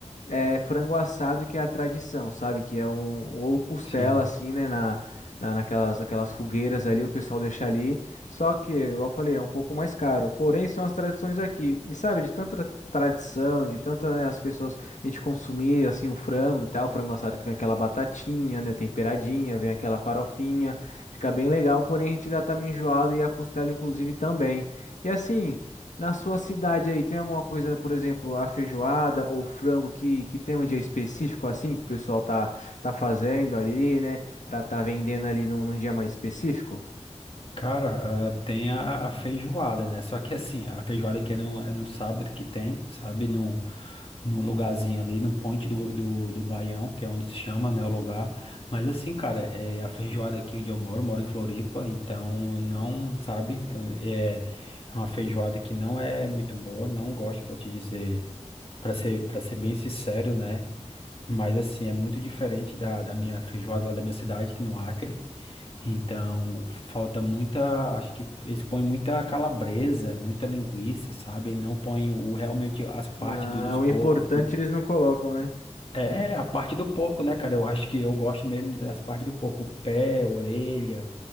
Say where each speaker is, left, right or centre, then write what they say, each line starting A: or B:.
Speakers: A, on the left (about 80°); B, on the left (about 50°).
A: é frango assado que é a tradição, sabe? Que é um. Ou costela,
B: sim.
A: assim, né? Na, na, naquelas, naquelas fogueiras ali, o pessoal deixa ali. Só que, igual eu falei, é um pouco mais caro. Porém, são as tradições aqui. E sabe, de tanta tradição, de tanto, né, as pessoas. A gente consumir, assim, o frango e tal. O frango assado que vem aquela batatinha, né? Temperadinha, vem aquela farofinha. Fica bem legal, porém, a gente já tá meio enjoado e a costela, inclusive, também. E assim. Na sua cidade aí, tem alguma coisa, por exemplo, a feijoada ou frango que, que tem um dia específico assim, que o pessoal tá, tá fazendo ali, né? Pra tá vendendo ali num, num dia mais específico?
B: Cara, ah, tem a, a feijoada, né? Só que assim, a feijoada que é no, é no sábado que tem, sabe? Num, num lugarzinho ali, no Ponte do, do, do Baião, que é onde se chama, né, o lugar. Mas assim, cara, é a feijoada aqui onde eu moro, moro em Floripa, então não, sabe? É é uma feijoada que não é muito boa, não gosto pra te dizer, pra ser, para ser bem sincero, né? Mas assim, é muito diferente da, da minha feijoada lá da minha cidade, que é no Acre. Então, falta muita, acho que eles põem muita calabresa, muita linguiça, sabe? Ele não põe o, realmente as partes
A: Ah,
B: do, dos porcos.
A: o importante eles não colocam, né?
B: é, a parte do porco, né, cara? Eu acho que eu gosto mesmo das partes do porco, o pé, a orelha,